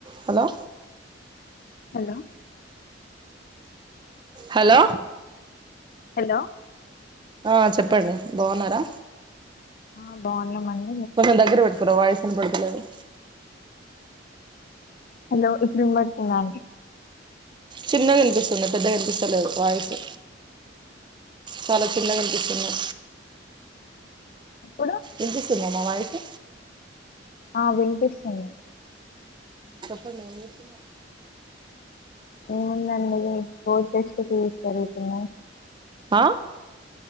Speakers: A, on the right (about 25°); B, on the left (about 50°).
A: Hello
B: hello
A: hello
B: hello
A: ఆ చెప్పండి బాగున్నారా
B: ఆ బాగున్నా మండి
A: కొంచం దగ్గర పెట్కోరా వాయసు వినపడుతలేదు
B: హలో ఇప్పుడు ఇనబడుతుందా అండి
A: చిన్నగా వినిపిస్తుంది పెద్దగా వినిపిస్తలేదు వాయిసు చాలా చిన్నగా వినిపిస్తుంది
B: ఇపు
A: ఇనిపిస్తుందా నా వాయిసు
B: ఆ వినిపిస్తుంది
A: చెప్పు ఏంచేస్తున్నారు
B: <unintelligible>
A: ఆ